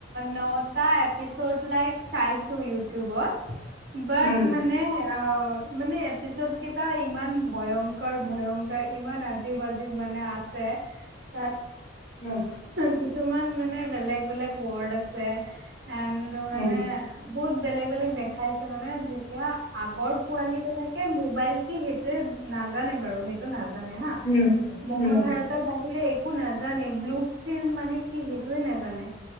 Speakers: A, on the right (about 60°); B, on the left (about 30°).
A: নটা এপিচড লাইক চাইছো ইউটিউবত। বাট
B: উম,
A: মানে অ মানে এপিছদ কেইটা ইমান ভয়ংকৰ, ভয়ংকৰ। ইমান আজিৱ আজিৱ মানে আছে। তাত
B: উম,
A: কিছুমান মানে বেলেগ বেলেগ ৱৰ্ড আছে এণ্ড মানে
B: উম,
A: বহুত বেলেগ বেলেগ দেখাইছে। মানে যেতিয়া আগৰ পোৱালী বিলাকে মোবাইল কি সেইটোয়ে নাজানে বাৰু সেইটো নাজানে হা।
B: উম,
A: মহাভাৰতৰ
B: উম,
A: বাহিৰে একো নাজানে, ব্লু ফিল্ম মানে কি সেইটোৱে নাজানে।